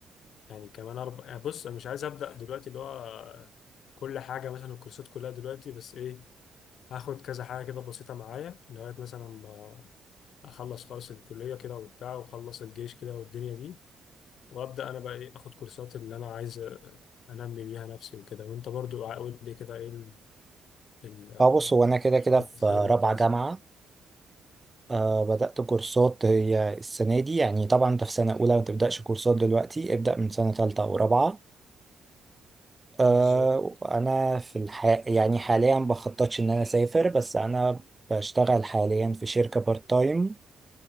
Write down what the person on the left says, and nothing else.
يعني كمان أربع يعني بص أنا مش عايز أبدأ دلوقتي اللي هو آه، كل حاجة مثلا الكورسات كلها دلوقتي بس إيه هاخد كذا حاجة كده بسيطة معايا لغاية مثلا ما أخلص خالص الكلية كده وبتاع وأخلص الجيش كده والدنيا دي وابدا انا بقى ايه اخد كورسات اللي انا عايز أ- انمي بيها نفسي وكده وانت برضو قول لي كده ايه ال- ال- آه،
الخطط
اللي انت عايز
بالظبط